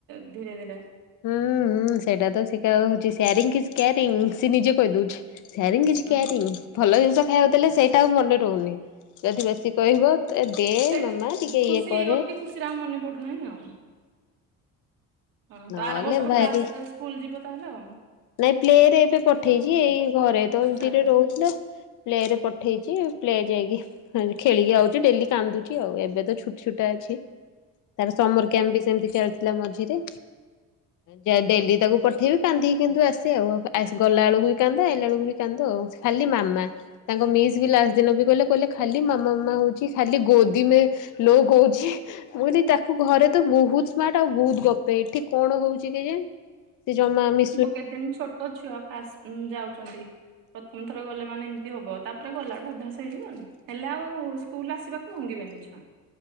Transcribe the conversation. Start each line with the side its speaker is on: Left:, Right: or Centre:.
Right: ଧୀରେ ଧୀରେ
Left: ହୁଁ ସେଇଟା ତ ସେ ହଉଛିରାରି ସେ ନିଜେ କହିଦଉଛି। ସେୟାରିଂ କିଛି
Right: ହୁଁ
Left: କେ୍ୟାରିଙ୍ଗ ଭଲ ଜିନ ଉଲେ ସେଇଟା ଆ ମନେ ରହୁନି। ଯଦି ବେଶୀ କହିବ ଦେ
Right: ସେ
Left: ମାମା ଟିକେ
Right: ଖୁସି
Left: ଇଏ କରେ।
Right: ଏଇ ଅତି ଖୁସିରେ ଆଉ ମନେ ପଡୁନାହିଁ ଆଉ। ହଁ
Left: ନହେଲେ
Right: ତ ଆର ବର୍ଷଠୁ
Left: ଭାରି
Right: କ୍ଲାସ ସ୍କୁଲ ଯିବ। ତାହେଲେ।
Left: ନାଇଁ ପ୍ଲେ ରେ ଏବେ ପଠେଇଛି ଏଇ ଘରେ ତ
Right: ଆଚ୍ଛା
Left: ଏମିତିରେ ରହୁଛି ନା। ପ୍ଲେ ରେ ପଠେଇଛି ପ୍ଲେ ଯାଇକି ଖେଳିକି ଆଉଛି ଡେଲି କାନ୍ଦୁଛି ଆଉ ଏବେ ତ ଛୁଟ ଛୁଟ ଅଛି। ତାର ସମର
Right: ହୁଁ।
Left: କ୍ୟାମ୍ପ ସେମିତି ଥିଲା ମଝିରେ ଯ ଡେଲି ତାକୁ ପଠେଇବି କାନ୍ଧି କିନ୍ତୁ ଆସେ ଆଉ ଗଲା ବେଳକୁ ବି କାନ୍ଦ ଆଇଲାା ବେଳକୁ ବି କାନ୍ଦ ଆଉ ଖାଲି ମାମା ତାଙ୍କ ମିସ୍ ବି ଲାଷ୍ଟ ଦିନ ବି କହିଲେ କହିଲେ ଖାଲି ମାମା ମାମା ହଉଛି ଖାଲି ଗୋଦି ଲୋଉଛି ବ ତାକୁ ଘରେ ତ ବହୁତ ସ୍ମାର୍ଟ ଆଉ ବହୁତ ଗପେ ଏଠି କଣ ହଉଛି କେଜାଣି। ସେ ଜମା ମି
Right: କେଦିନ ଛୋଟ ଛୁଆ ଫାଷ୍ଟ ଯାଉଛନ୍ତି ପ୍ରଥମ ଥର ଗଲେ। ମାନେ ଏମିତି ହବ ତାପରେ ଗଲାଠୁ ଅଭ୍ୟାସ ହେଇଯିବନି ହେଲେ ଆଉ ସ୍କୁଲ ଆସିବାକୁ ମଙ୍ଗିବେନି ଛୁଁଆ।